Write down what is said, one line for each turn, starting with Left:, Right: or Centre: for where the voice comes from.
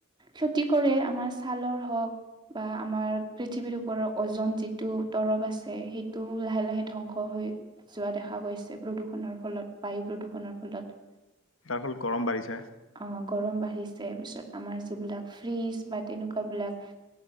Right: ক্ষতি কৰে আমাৰ ছালৰ হওক, - বা আমাৰ পৃথিৱীৰ ওপৰৰ অজন যিটো তৰপ আছে সেইটোও লাহে লাহে ধ্বংস হৈ- যোৱা দেখা গৈছে প্ৰদূষণৰ ফলত বায়ু প্ৰদূৰষণৰ ফলত।
Left: তাৰফলত গৰম বাঢ়িছে।
Right: অঁ গৰম বাঢ়িছে পিছত আমাৰ যিবিলাক ফ্ৰীজ বা তেনেকুৱাবিলাক-